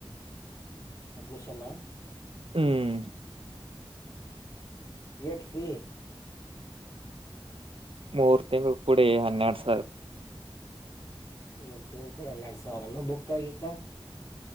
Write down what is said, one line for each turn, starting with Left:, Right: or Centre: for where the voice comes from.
Left: ಅಡ್ಮಿಷನ್ನ.
Right: ಹ್ಮ್.
Left: ಯಠಫಿ.
Right: ಮೂರ್ ತಿಂಗಳು ಕೂಡ ಹನ್ನೆರಡು ಸರ್.
Left: ಹ್ಮ ತಿಂಗಕೂಡ ಹನ್ನೆರಡು ಸಾವಿರನು ಬುಕ್ ಆಗಿಕಾ